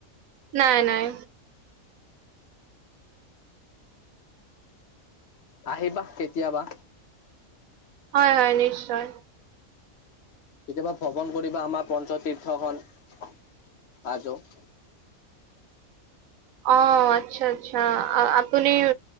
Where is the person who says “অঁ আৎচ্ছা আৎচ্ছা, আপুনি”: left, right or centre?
Right